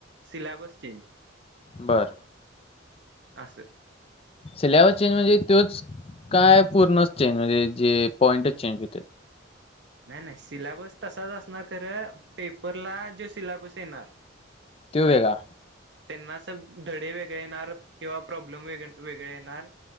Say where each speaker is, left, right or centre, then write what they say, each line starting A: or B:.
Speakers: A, on the right; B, on the left.
A: सिलेबस चेंज <inaudible>
B: बर
A: अससं.
B: सिलव चेंज म्हणजे तोच काय पूर्ण चेंज म्हणजे जे पॉइंटच चेंज होते.
A: नाही-नाही सिलेबस तसाच असणार खरं पेपरला जो सिलेबस येणार.
B: त वेगा
A: त्यांना स धडे वेगळे येणार किंवा प्रॉब्लेम वेगळे येणार